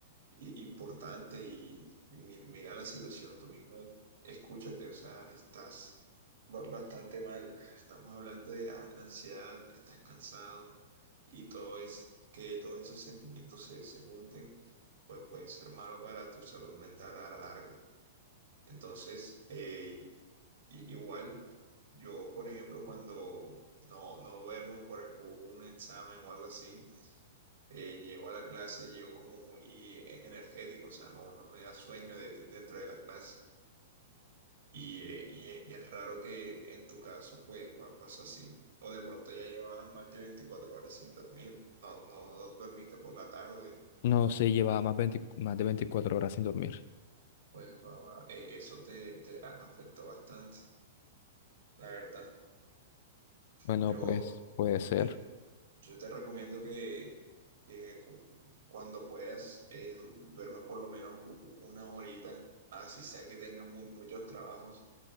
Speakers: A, on the right (about 70°); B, on the left (about 55°).
A: i- importante y, y mi- mira la situación, tú mismo escúchate, o sea, estás ba- bastante mal, estamos hablando de an- ansiedad, estás cansado y todo es que todos esos sentimientos se, se junten, pues puede ser malo para tu salud mental a la larga. Entonces, eh, i- igual, yo, por ejemplo, cuando no, no duermo por algún examen o algo así, eh, llego a la clase, llego como muy eh, energético, o sea, no, no me da sueño de- de- dentro de la clase. Y, eh, y, eh, y es raro que en tu caso, pues, pa- pasó así. O de pronto ya llevabas más de 24 horas sin dormir, no, no dormiste por la tarde,
B: No sé, llevaba más, 20 más de 24 horas sin dormir.
A: pues ah, eh, eso te, te a- afectó bastante, la verdad.
B: Bueno,
A: Yo,
B: pues puede ser.
A: yo, Yo te recomiendo que, que cu- cuando puedas eh, du- duermas por lo menos u- u- una horita, así sea que tengas mu- muchos trabajos,